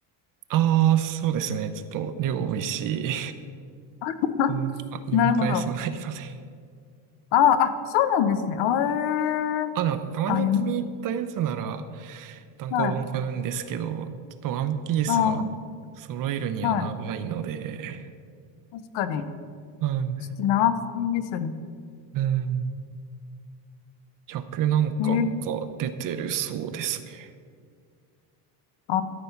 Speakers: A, on the right (about 45°); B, on the left (about 65°).
A: ああ、そうですね。ちょっと量多いし、
B: <laughs>
A: うん、あ、読み返さないので。
B: なるほど。ああ、あ、そうなんですね。あえー、
A: あ、でも、たまに気に入ったやつなら、
B: あ、読み
A: 単行本買うんですけど、
B: はい。
A: ちょっとワンピースは揃えるには長いので、
B: ああ、はい。確かに。
A: うん。
B: ちょっと長すぎですよね。
A: うん。100何巻か出てるそうですね。
B: えー、あ